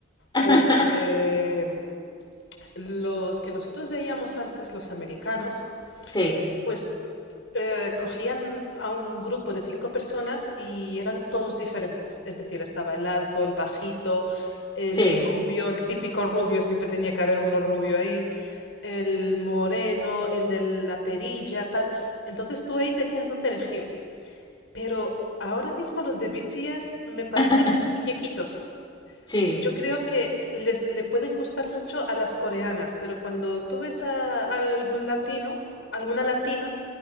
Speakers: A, on the left; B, on the left.
A: <laughs>
B: Porque los que nosotros veíamos antes, los americanos,
A: Sí,
B: Pues eh, cogían a un grupo de cinco personas y eran todos diferentes. Es decir, estaba el alto, el bajito, el
A: sí,
B: rubio, el típico rubio, siempre tenía que haber uno rubio ahí, el moreno, el de la perilla, tal. Entonces tú ahí tenías dónde elegir. Pero ahora mismo los de BTS me parecen
A: <laughs>
B: más muñequitos.
A: sí.
B: Yo creo que les le pueden gustar mucho a las coreanas, pero cuando tú ves a algún latino, alguna latina,